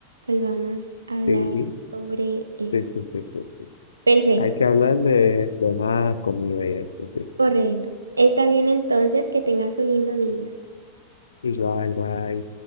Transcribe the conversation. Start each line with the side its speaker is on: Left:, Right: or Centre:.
Right: volvamos a hablar
Left: Sí,
Right: sobre eso.
Left: sí, sí, sí, sí, sí.
Right: Perfecto,
Left: Hay que hablar de, de más comida y eso, sí.
Right: correcto. Está bien entonces, que tengas un lindo día.
Left: Igual, bye.